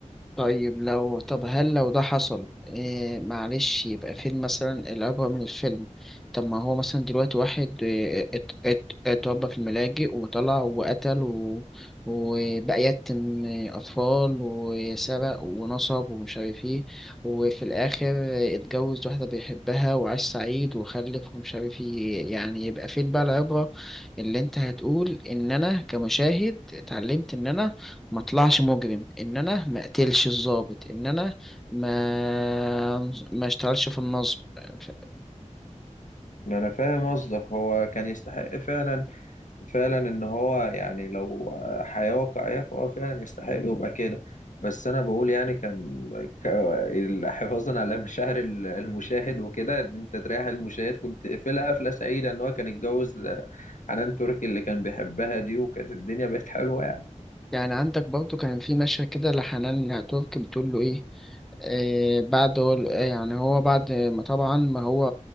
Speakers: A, in the centre; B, on the left.
A: طيب لو طب هل لو ده حصل إيه معلش يبقى فين مثلا العبرة من الفيلم طب ما هو مثلا دلوقتي واحد إيه، ات- ات- اتربى في الملاجئ وطلع وقتل و... وبقى يتم أطفال وسرق ونصب ومش عارف ايه وفي الآخر اتجوز واحدة بيحبها وعاش سعيد وخلف ومش عارف ايه يعني يبقى فين بقى العبرة اللي انت هتقول ان انا كمشاهد اتعلمت ان انا ما اطلعش مجرم ان انا ما اقتلش الضابط ان انا ما ما اشتغلش في النصب ف-
B: أنا فاهم قصدك هو كان يستحق فعلا فعلا ان هو يعني لو حياة واقعية فهو فعلا يستحق يبقى كده بس انا بقول يعني كان ك- ال- حفاظا على <laughs> مشاعر ال- المشاهد وكده ان انت تريح المشاهد كنت قفلها قفلة سعيدة ان هو كان اتجوز حنان تركي اللي كان بيحبها دي وكانت الدنيا بقت حلوة يعني
A: يعني عندك برضو كان في مشهد كده لحنان ترك بتقول له ايه إيه بعد ول- إيه يعني هو بعد ما طبعا ما هو